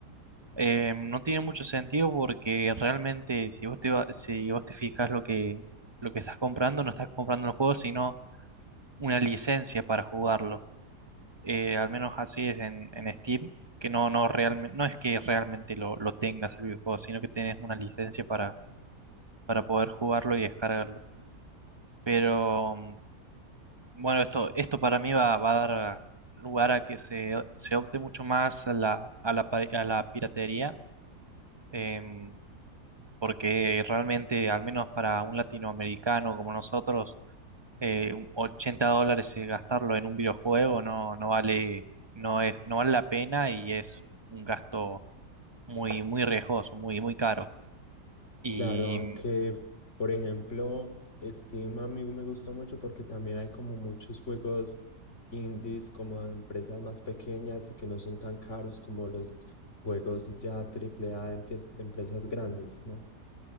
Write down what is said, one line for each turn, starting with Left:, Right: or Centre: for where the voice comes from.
Right: eh, no tiene mucho sentido porque realmente si vos te, va- si vos te fijas lo que, lo que estás comprando, no estás comprando el juego, sino una licencia para jugarlo. Eh, al menos así es en, en Steam, que no, no, realmente, no es que realmente lo, lo tengas el videojuego, sino que tenés una licencia para, para poder jugarlo y descargarlo. Pero mm, Bueno, esto, esto para mí va, va a dar lugar a que se, se opte mucho más a la, a la, pa- a la piratería, em, porque realmente, al menos para un latinoamericano como nosotros, eh, un 80 dólares eh, gastarlo en un videojuego no, no vale, no es, no vale la pena y es un gasto muy, muy riesgoso, muy, muy caro. Y
Left: Claro, aunque,
Right: mm,
Left: por ejemplo, Steam a mí me gusta mucho porque también hay como muchos juegos indies, como de empresas más pequeñas y que no son tan caros como los juegos ya triple A de, empie- de empresas grandes, ¿no?